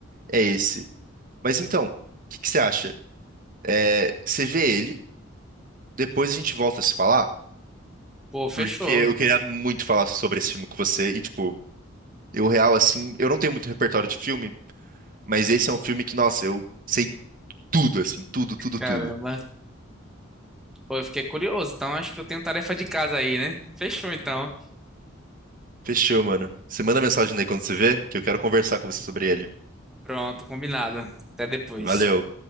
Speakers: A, on the right (about 40°); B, in the centre.
A: é esse. Mas então, o que que você acha? É, você vê ele, depois a gente volta a se falar,
B: Pô, fechou.
A: porque eu queria muito falar sobre esse filme com você e, tipo, eu real, assim, eu não tenho muito repertório de filme, Mas esse é um filme que, nossa, eu sei tudo, assim, tudo, tudo,
B: Caramba.
A: tudo.
B: Pô, eu fiquei curioso. Então, acho que eu tenho tarefa de casa aí, né? Fechou, então.
A: Fechou, mano. Você manda mensagem aí quando você vê, que eu quero conversar com você sobre ele.
B: Pronto, combinado. Até depois.
A: Valeu.